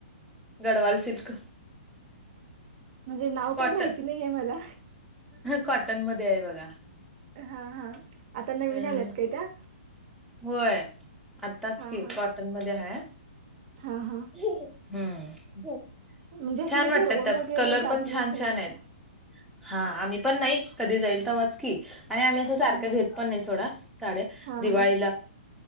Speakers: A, in the centre; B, on the right.
A: गढवाल सिल्क
B: म्हणजे नाव
A: कॉटन
B: काही माहिती नाही आहे मला
A: कॉटन मध्ये आहे बघा.
B: हा हा आता नवीन
A: हम्म.
B: आल्यात काय त्या
A: होय आताच
B: हा
A: की
B: हा
A: कॉटन मध्ये आहेा
B: हा हा
A: हम्म
B: म्हणजे असं
A: छान
B: मी
A: वाटतात
B: ठरवून
A: त्यात
B: वगैरे
A: कलर
B: जात
A: पण
B: नाही
A: छान
B: काय
A: छान
B: असं
A: आहेत हा आम्ही पण नाही कधी जाईल तर वाच क आणि आम्ही अस सारख
B: हा
A: घेत पण नाही सोडा साड्या
B: हा
A: दिवाळी
B: हा